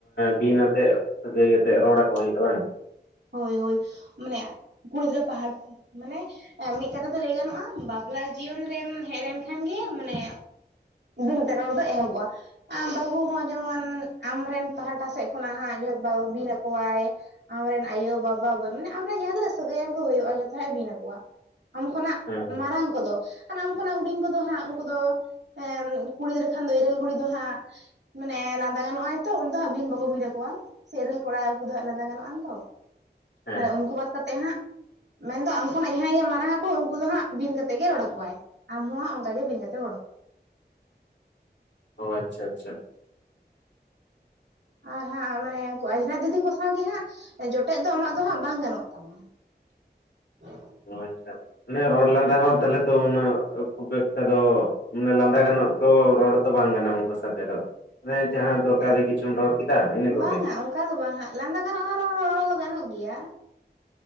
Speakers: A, on the left; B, on the right.
A: ᱵᱤᱱ ᱟᱛᱮᱫ ᱥᱟᱹᱜᱟᱹᱭ ᱠᱟᱛᱮᱫ ᱨᱚᱲ ᱟᱠᱚ ᱦᱩᱭᱩᱜᱼᱟ ᱵᱟᱝ
B: ᱦᱳᱭᱼᱦᱳᱭ ᱢᱟᱱᱮ ᱠᱩᱲᱤ ᱜᱤᱫᱽᱨᱟᱹ ᱯᱟᱦᱟᱲ ᱢᱟᱱᱮ ᱢᱤᱫ ᱠᱟᱛᱷᱟ ᱛᱮ ᱞᱟᱹᱭ ᱜᱟᱱᱚᱜᱼᱟ ᱵᱟᱯᱞᱟ ᱡᱤᱭᱚᱱ ᱨᱮᱢ ᱦᱮᱡ ᱞᱮᱱᱠᱷᱟᱱᱜ ᱢᱟᱱᱮ ᱵᱤᱱ ᱛᱮ ᱨᱚᱲ ᱫᱚ ᱮᱦᱚᱵᱚᱜᱼᱟ ᱟᱢ ᱵᱟᱹᱦᱩ ᱦᱚᱸ ᱡᱮᱢᱚᱱ ᱟᱢᱨᱮᱱ ᱯᱟᱦᱴᱟ ᱥᱮᱫ ᱠᱷᱚᱱᱟᱜ ᱮᱦᱚᱵ ᱵᱤᱱ ᱟᱠᱚᱣᱟᱭ ᱟᱢᱨᱮᱱ ᱟᱭᱳ ᱵᱟᱵᱟ ᱵᱳ ᱢᱟᱱᱮ ᱟᱢᱨᱮ ᱡᱟᱦᱟᱸ ᱛᱤᱱᱟᱹ ᱥᱟᱹᱜᱟᱹᱭᱟᱱ ᱠᱚ ᱦᱩᱭᱩᱜᱼᱟ ᱡᱷᱚᱛᱚ ᱦᱟᱸᱜ ᱮ ᱵᱤᱱ ᱟᱠᱚᱣᱟ ᱟᱢ ᱠᱷᱚᱱᱟᱜ
A: ᱦᱮᱸ ᱦᱮᱸ
B: ᱢᱟᱨᱟᱝ ᱠᱚᱫᱚ ᱟᱨ ᱟᱢ ᱠᱷᱚᱱᱟᱜ ᱦᱩᱰᱤᱧ ᱠᱚᱫᱚ ᱦᱟᱸᱜ ᱩᱱᱠᱩ ᱫᱚ ᱮ ᱠᱩᱲᱤ ᱜᱤᱫᱽᱟᱹ ᱠᱷᱟᱱ ᱫᱚ ᱤᱨᱟᱹᱞ ᱠᱩᱩᱲᱤ ᱫᱚ ᱦᱟᱸᱜ ᱢᱟᱱᱮ ᱞᱟᱸᱫᱟ ᱜᱟᱱᱚᱜ ᱟᱭ ᱛᱚ ᱩᱱᱤ ᱫᱚ ᱦᱟᱸᱜ ᱵᱤᱱ ᱵᱟᱠᱚ ᱵᱤᱱ ᱟᱠᱚᱣᱟ ᱥᱮ ᱤᱨᱤᱞ ᱠᱚᱲᱟ ᱩᱱᱠᱩ ᱫᱚ ᱦᱟᱸᱜ ᱞᱟᱸᱫᱟ ᱜᱟᱱᱚᱜᱼᱟ ᱛᱚ
A: ᱦᱮᱸ
B: ᱢᱟᱱᱮ ᱩᱱᱠᱩ ᱵᱟᱫ ᱠᱟᱛᱮᱜ ᱦᱟᱸᱜ ᱢᱟᱱᱮ ᱫᱚ ᱟᱢ ᱠᱷᱚᱱᱟᱜ ᱡᱟᱦᱟᱸᱭ ᱜᱮ ᱢᱟᱨᱟᱝ ᱟᱠᱚ ᱩᱱᱠᱩ ᱫᱚ ᱦᱟᱸᱜ ᱵᱤᱱ ᱠᱟᱛᱮ ᱜᱮᱭ ᱨᱚᱲᱟ ᱟᱠᱚᱣᱟᱭ ᱟᱢ ᱦᱚᱸ ᱦᱟᱜ ᱚᱱᱠᱟ ᱜᱮ ᱵᱤᱱ ᱠᱟᱛᱮ <unintelligible>
A: ᱚ ᱟᱪᱪᱷᱟ ᱼ ᱟᱪᱪᱷᱟ
B: ᱟᱨ ᱦᱟᱸᱜ ᱢᱟᱱᱮ ᱩᱱᱠᱩ ᱟᱡᱽᱷᱱᱟᱨ ᱫᱤᱫᱤ ᱠᱚ ᱥᱟᱶ ᱜᱮ ᱦᱟᱸᱜ ᱡᱚᱴᱮᱫ ᱫᱚ ᱟᱢᱟᱜ ᱫᱚ ᱦᱟᱸᱜ ᱵᱟᱝ ᱜᱟᱱᱚᱜ ᱛᱟᱢᱟ <inaudible>
A: ᱚ ᱟᱪᱪᱷᱟ ᱢᱟᱱᱮ ᱨᱚᱲ ᱞᱟᱸᱫᱟ ᱦᱚᱸ ᱛᱟᱦᱚᱞᱮ ᱛᱚ ᱩᱱᱟᱹᱜ ᱠᱷᱩᱵ ᱮᱠᱴᱟ ᱫᱚ ᱢᱟᱱᱮ ᱞᱟᱸᱫᱟ ᱜᱟᱱᱚᱜ ᱛᱚ ᱨᱚᱲ ᱫᱚ ᱵᱟᱝ ᱜᱟᱱᱚᱜ ᱩᱱᱠᱩ ᱥᱟᱛᱮ ᱫᱚ ᱢᱟᱱᱮ ᱡᱟᱦᱟᱸ ᱫᱚᱨᱠᱟᱨᱤ
B: ᱦᱮᱸ
A: ᱠᱤᱪᱷᱩᱢ ᱨᱚᱲ ᱠᱮᱫᱟ ᱤᱱᱟᱹ ᱠᱚᱜᱮ
B: ᱵᱟᱝᱟ ᱚᱱᱠᱟ ᱫᱚ ᱵᱟᱝ ᱦᱟᱸᱜ ᱞᱟᱸᱫᱟ ᱜᱟᱱᱚᱜᱼᱟ ᱨᱚᱲ ᱫᱚ ᱜᱟᱱᱚᱜ ᱜᱮᱭᱟ